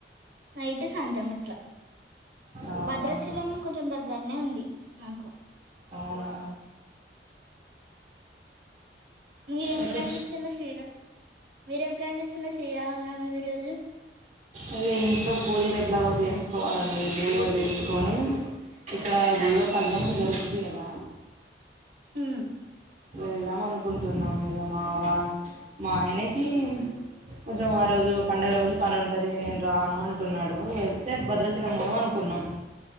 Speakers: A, on the right; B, on the right.
A: నైట్ సాయంత్రం అట్లా
B: అవునా అవునా
A: భద్రాచలం కొంచెం దగ్గరనే ఉంది మాకు
B: అవునా
A: మీరేం
B: అఓకే
A: ప్లాన్ చేస్తున్నారు శ్రీరామ్ మీరేం ప్లాన్ చేస్తున్నారు శ్రీరామనవమి రోజు
B: అదే ఇంట్లో పూజలు ఎట్లాగో చేసుకోవాలండి పూజలు తీసుుకొని ఇక్కడ ఊళ్ళో కళ్యాణం జరుగుది కదా
A: హ
B: వెళ్దాం అనుకుంటున్నాం మీదమ్ మా వా మా ఆయనకి కొంచెం ఆ రోజు పండుగ రోజు పని ఉంటది నేను రాను అంటున్నాడు వెళ్తే భద్రచీల మూలం అనుకున్నాం